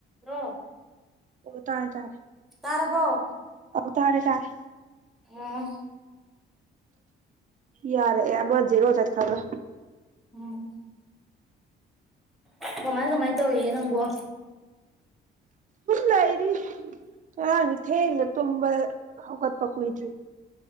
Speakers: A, in the centre; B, on the right.
A: ꯔꯣ
B: ꯑꯣ ꯇꯥꯔꯦ ꯇꯥꯔꯦ
A: ꯇꯔꯕꯣ
B: ꯑꯣ ꯇꯥꯔꯦ ꯇꯥꯔꯦ
A: ꯎ
B: ꯌꯥꯔꯦ ꯌꯥ ꯃꯖ ꯔꯣꯖ ꯈꯔ
A: ꯎꯝ ꯀꯃꯥꯏ ꯀꯃꯥꯏꯅ ꯇꯧꯔꯤꯒꯦ ꯅꯪꯕꯣ
B: ꯂꯏꯗꯤ ꯉꯔꯥꯡꯅꯤ ꯊꯦꯡꯅ ꯇꯨꯝꯕ ꯍꯧꯒꯠꯄ ꯀꯨꯏꯗ꯭ꯔꯤ